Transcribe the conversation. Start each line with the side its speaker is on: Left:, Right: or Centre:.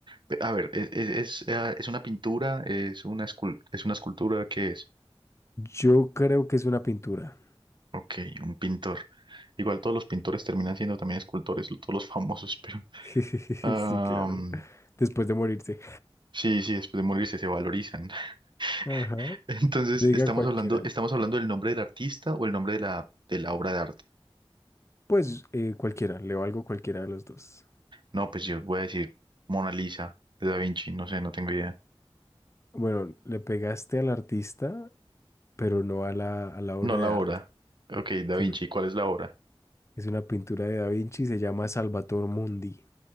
Right: Pe- A ver, es, es, es, eh, es una pintura, es una escul- es una escultura, ¿qué es?
Left: Yo creo que es una pintura.
Right: Ok, un pintor. Igual todos los pintores terminan siendo también escultores, lo- todos los famosos, pero
Left: <laughs>
Right: am,
Left: Sí, claro. Después de morirse.
Right: sí, sí, después de morirse se valorizan.
Left: Ajá.
Right: <laughs> Entonces,
Left: Diga
Right: estamos
Left: cualquiera.
Right: hablando, estamos hablando del nombre del artista o el nombre de la, de la obra de arte.
Left: Pues eh, cualquiera, leo algo cualquiera de los dos.
Right: No, pues yo voy a decir Mona Lisa de Da Vinci, no sé, no tengo idea.
Left: Bueno, le pegaste al artista, pero no a la, a la obra
Right: No, la
Left: de
Right: obra.
Left: arte.
Right: Ok, Da
Left: Sí,
Right: Vinci, ¿cuál es la obra?
Left: es una pintura de Da Vinci, se llama Salvator Mundi.